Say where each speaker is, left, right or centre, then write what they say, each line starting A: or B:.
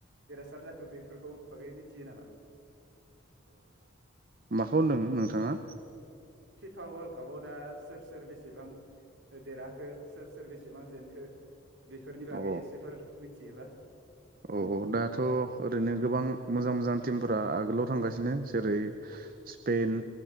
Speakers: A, on the right (about 60°); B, on the right (about 45°).
A: देरहासार जाखो बेफोरखौ बागै मिथियो नामा
B: माखौ होनदों नोंथांङा
A: फिफा वर्ल्ड कापाव दा सोर सोर बेसेबां देरहाखो सोर सोर बेसेबां जेनखो बेफोरनि बागै
B: अ
A: एसेफोर मिथियोबा
B: औ दाथ' ओरैनो गोबां मोजां मोजां टिमफोरा आगोलाव थांगासिनो जेरै स्पेन